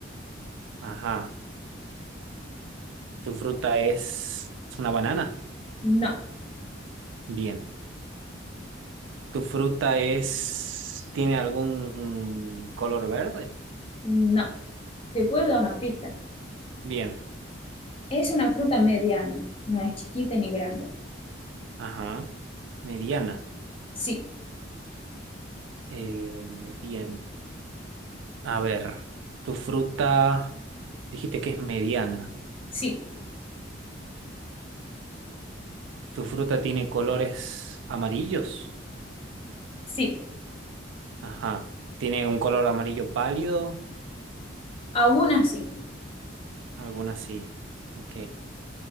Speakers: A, on the right; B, on the left.
A: Ajá. ¿Tu fruta es una banana?
B: No,
A: Bien. ¿Tu fruta es, tiene algún color verde?
B: no. Te puedo dar una pista.
A: Bien.
B: Es una fruta mediana, no es chiquita ni grande.
A: Ajá. Mediana.
B: Sí,
A: Eh, bien. A ver. ¿Tu fruta, dijiste que es mediana?
B: sí,
A: ¿Tu fruta tiene colores amarillos?
B: sí.
A: Ajá. ¿Tiene un color amarillo pálido?
B: Algunas sí.
A: Alguna así. Ok.